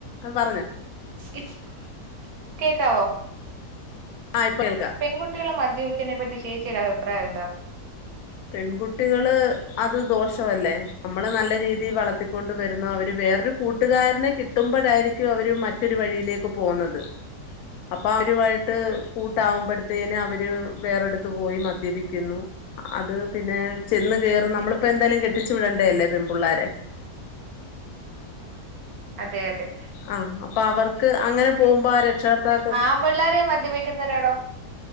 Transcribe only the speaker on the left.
പറഞ്ഞോ
ആ ഇപ്പ കേൾക്ക
പെൺകുട്ടികള് അത് ദോഷവല്ലേ നമ്മള് നല്ല രീതിയിൽ വളത്തിക്കൊണ്ട് വരുന്നു അവര് വേറൊരു കൂട്ടുകാരനെ കിട്ടുമ്പഴായിരിക്കും അവര് മറ്റൊരു വഴിയിലേക്ക് പോകുന്നത് അപ്പൊ അവരുമായിട്ട് കൂട്ടാവുമ്പോഴത്തേന്അവര് വേറെടുത്ത്പോയി മദ്യപിക്കുന്നു അത് പിന്നെ ചെന്ന് കയറുന്ന നമ്മളിപ്പോ എന്തായാലും കെട്ടിച്ചു വിടണ്ടേ അല്ലേ പെൺപിള്ളാരെ
ആഹ് അപ്പൊ അവർക്ക് അങ്ങനെ പോകുമ്പോ രക്ഷകർത്താക്കൾ